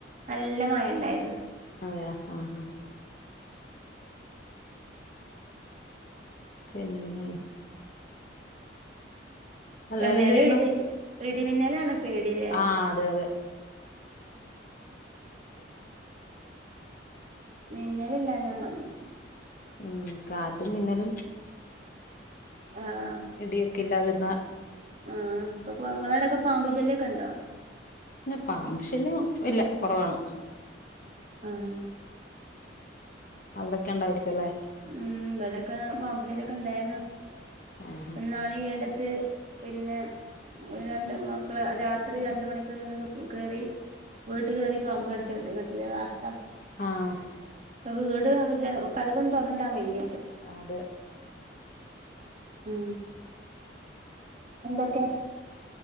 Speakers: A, on the right (about 40°); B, on the left (about 45°).
A: നല്ല മഴ ഉണ്ടായിരുന്നു.
B: അതെയോ ആഹ് ആഹ് പിന്നെന്താ എല്ലാരും
A: ഏതായാലും
B: എന്ത് ചെയ്യുന്നു
A: ഇടി ഇടിമിന്നലാണ്. പേടില്ലേ
B: ആഹ് അതെ അതെ
A: മിന്നലില്ലാ ഞാ മതി.
B: ഉം.. കാറ്റും മിന്നലും.
A: ആഹ്..
B: ഇടിയൊക്കെ ഇല്ലാതിരുന്ന
A: ആഹ്.. ഇപ്പൊക്കോ ങ്ങളാടെക്കെ പാമ്പു ശല്ല്യക്കെ ണ്ടോ?
B: പിന്നെ പാമ്പ് ശല്യം ഇല്ല. കൊറവാണ്.
A: ആഹ്
B: അവിടൊക്കെ ഇണ്ടായിരിക്കും ല്ലേ?
A: ഉം.. ബടൊക്കെ പാമ്പുശല്ല്യക്കെ ഇണ്ടായിരുന്നു.
B: ആഹ്
A: ന്നാൾ ഈ യെടത്ത് പിന്നെ.. രണ്ട് മക്കളെ, രാത്രി രണ്ട് മണിക്ക് ന്നൊക്കെ കേറി. വീട്ട് കേറി പാമ്പ് കടിച്ചണ്ട്. കേട്ട് ല്ലെയ്നി വാർത്ത.
B: ആഹ്..
A: അപ്പൊ വീട് ജന കതക്കൊന്ന് തൊറന്നിടാൻ വയ്യ
B: ആ അതെ
A: ഉം എന്തൊക്കെണ്